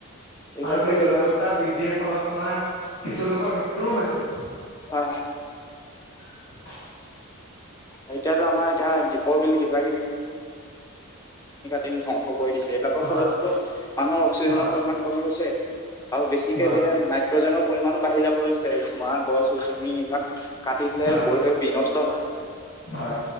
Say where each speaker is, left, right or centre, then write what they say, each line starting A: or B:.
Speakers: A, on the left; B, on the left.
A: এতিয়াতো
B: আৰু সেই গোলকীয়তটাপ
A: এতিয়া
B: বৃদ্ধিৰ ফলত তোমাৰ কিছু লোকৰ মৃত্যুও হৈছে।
A: অ।
B: <unintelligible>
A: এতিয়াতো আমাৰ এতিয়া দীপৰ বিল কিবা দিন ধ্বংস কৰি দিছে এইবিলাকৰ
B: হয়
A: ফলতোতো মানুহৰ অক্সিজেনৰ
B: হয়
A: পৰিমাণ কমি গৈছে। আৰু বেছিকে
B: হয়
A: যেতিয়া নাইট্ৰজেনৰ পৰিমাণো বাঢ়ি যাব লৈছে। ঘোৱা গছ গছ আনি এইবিলাক কাটি দিলে
B: হয়
A: পৰিৱেশ বিনষ্ট। হয়
B: হয়